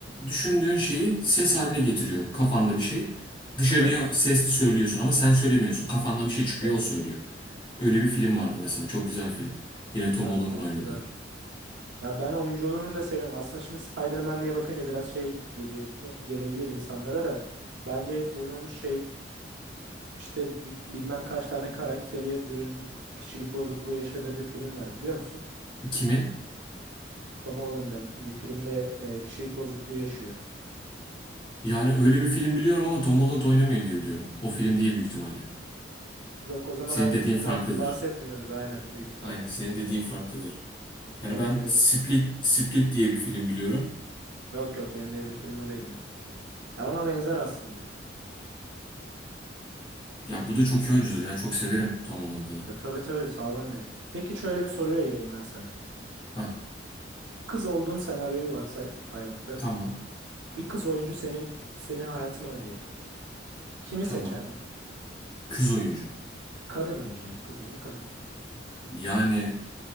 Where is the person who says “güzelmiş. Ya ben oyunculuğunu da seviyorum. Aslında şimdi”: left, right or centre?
Right